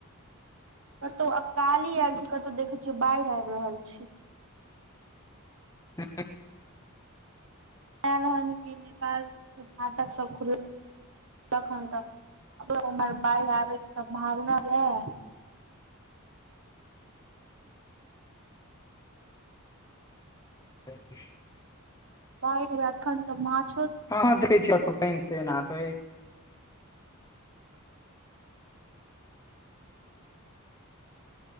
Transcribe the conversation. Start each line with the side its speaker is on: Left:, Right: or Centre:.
Right: कतौ अकाली आयल छै, कतहु देखे छियै बाढ़ि आबि रहल छै।
Left: हँ
Right: इल हन कि नेपाल के फाटक सब खुल तखन तक फेरों बाढ़ि आबयके सम्भावना यऽ
Left: <inaudible>
Right: बाहिर ऐला एखन तऽ मछो
Left: कहँ। देखै छिय पेईन- तेईन आबैत